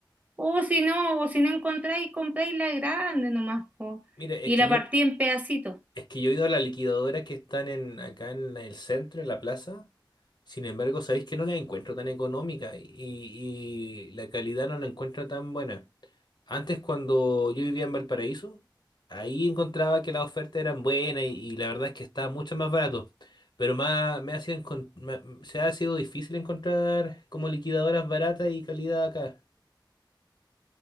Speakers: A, on the right; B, on the left.
A: O si no, o si no encontráis, compráis la grande nomás, po,
B: Mire,
A: y
B: es que
A: la
B: yo
A: partí en pedacitos.
B: Es que yo he ido a las liquidadoras que están en, acá en el centro, en la plaza. Sin embargo, sabéis que no la encuentro tan económica y, y la calidad no la encuentro tan buena. Antes, cuando yo vivía en Valparaíso, ahí encontraba que las ofertas eran buenas y, y la verdad es que estaba mucho más barato. Pero más, me ha sido encon- me- se ha sido difícil encontrar como liquidadoras baratas y calidad acá.